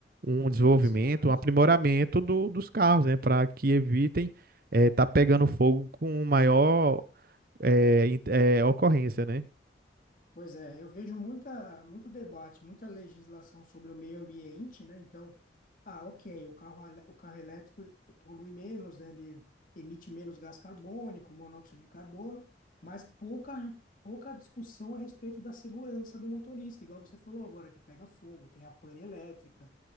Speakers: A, on the right; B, on the left.
A: um desenvolvimento,
B: na segurança.
A: um aprimoramento do- dos carros, né, para que evitem estar pegando fogo com maior é, in- é, ocorrência, né?
B: Pois é, eu vejo muita, muito debate, muita legislação sobre o meio ambiente, né? Então, ah, ok, o carro, elé- o carro elétrico polui menos, né? Ele emite menos gás carbônico, monóxido de carbono, mas pouca, pouca discussão a respeito da segurança do motorista, igual você falou agora, que pega fogo, tem a pane elétrica,